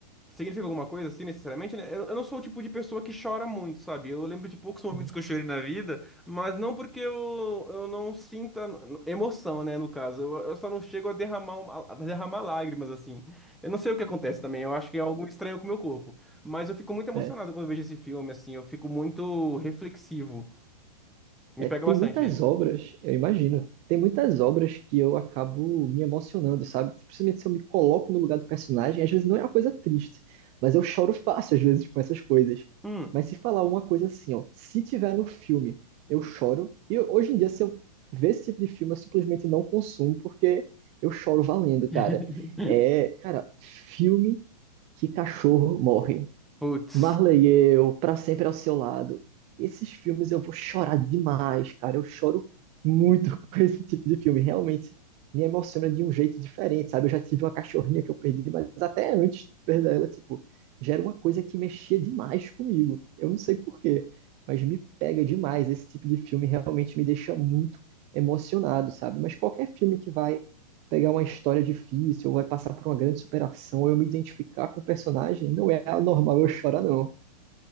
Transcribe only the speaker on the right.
Uhum.
É.
É,
tem
muitas
obras, eu imagino, tem muitas obras que eu acabo me emocionando, sabe? Principalmente se eu me coloco no lugar do personagem, às vezes não é uma coisa triste, mas eu choro fácil às vezes com essas coisas.
Mas se falar uma coisa assim, ó, se tiver no filme, eu choro. E eu- hoje em dia, se eu ver esse tipo de filme, eu simplesmente não consumo, porque eu choro valendo, cara.
É, cara, filme que cachorro morre.
Marley e eu, Pra Sempre ao Seu Lado. Esses filmes eu vou chorar demais, cara. Eu choro muito <laughs> com esse tipo de filme. Realmente me emociona de um jeito diferente, sabe? Eu já tive uma cachorrinha que eu perdi, mas até antes de perder ela, tipo, já era uma coisa que mexia demais comigo. Eu não sei por quê, mas me pega demais. Esse tipo de filme realmente me deixa muito emocionado, sabe? Mas qualquer filme que vai pegar uma história difícil, ou vai passar por uma grande superação, ou eu me identificar com o personagem, não é anormal eu chorar, não.